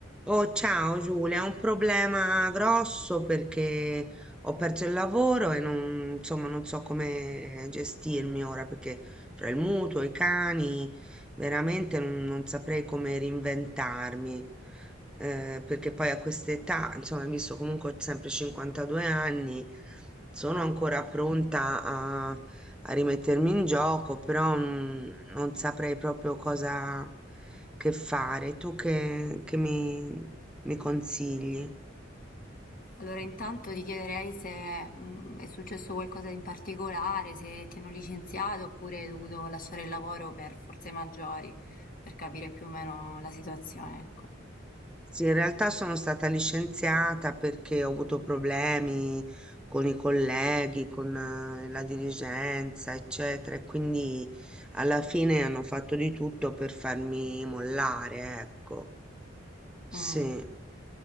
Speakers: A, in the centre; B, on the left.
A: Oh, ciao Giulia, ho un problema grosso perché ho perso il lavoro e non, insomma, non so come gestirmi ora perché tra il mutuo, i cani, veramente non, non saprei come reinventarmi. eh, perché poi a quest'età, insomma, hai visto comunque ho sempre 52 anni, sono ancora pronta a rimettermi in gioco, però mm, non saprei proprio cosa che fare. Tu che, che mi, mi consigli?
B: Allora intanto ti chiederei se, mhmm, è successo qualcosa in particolare, se ti hanno licenziato oppure hai dovuto lasciare il lavoro per forze maggiori, per capire più o meno la situazione, ecco.
A: Sì, in realtà sono stata licenziata perché ho avuto problemi con i colleghi, con eh, la dirigenza, eccetera, e quindi alla fine hanno fatto di tutto per farmi mollare, ecco. Sì.
B: Mh,